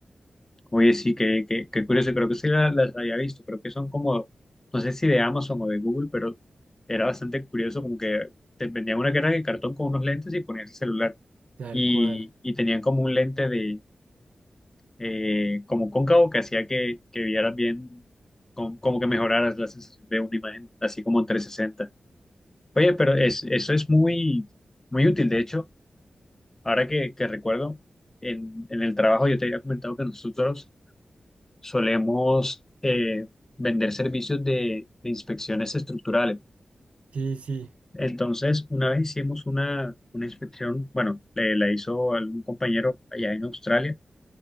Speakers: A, on the left; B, on the right.
A: Oye, sí, qué, qué, qué curioso. Creo que sí la- las, había visto. Creo que son como, no sé si de Amazon o de Google, pero era bastante curioso como que te vendían una caja de cartón con unos lentes y ponías el celular.
B: Tal
A: Y,
B: cual.
A: y tenían como un lente de, eh, como cóncavo que hacía que, que vieras bien, com- como que mejoraras la sensación de una imagen, así como en trescientos sesenta. Oye, pero es, eso es muy, muy útil. De hecho. Ahora que, que recuerdo, en, en el trabajo yo te había comentado que nosotros solemos eh, vender servicios de, de inspecciones estructurales.
B: Sí, sí,
A: Entonces, una vez hicimos una, una inspección, bueno, le- la hizo algún compañero allá en Australia